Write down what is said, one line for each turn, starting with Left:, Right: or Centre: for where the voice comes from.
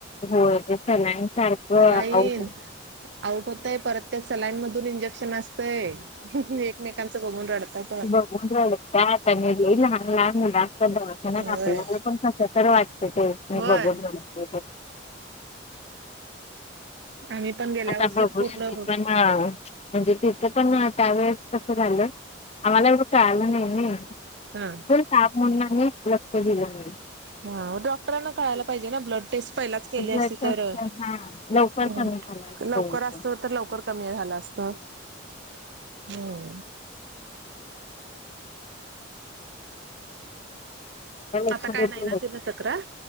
Left: होय ते सलाईन सारखं
Right: सलाईन
Left: औषध
Right: आउट हुतय परत त्या सलाईन मदुन इंजेक्शन अस तय एकमेकांचं बगुन रडतायत.
Left: बगुन रडतायेत आणि लई लहान लहान मुल जास्त रडताना
Right: होय
Left: पण आपल्याला पण कस तर वाटतय तेस्नि
Right: होय
Left: बघून रडतान
Right: आम्ही पण गेल्या
Left: आता
Right: वर्षी
Left: बघू
Right: पूर्ण
Left: श पण ह. म्हणजे तिथं पण त्यावेेळेस तस झालं आमाला एवढं कळालं नई नई
Right: हा
Left: पण ताप हाय म्हणून मी लक्ष दिलं नई.
Right: हा डॉक्टरांना कळायला पाहिजे ना ब्लड टेस्ट पहिलाच केली
Left: ब्लड
Right: असते
Left: टेस्ट
Right: तर अ
Left: हा लवकर
Right: ह
Left: कमी झाला असता
Right: लवकर
Left: होय
Right: असतो तर लवकर कमी झालं असतं हम्म.
Left: लक्ष
Right: आता काय
Left: देत
Right: नाही ना तिला तक्रार?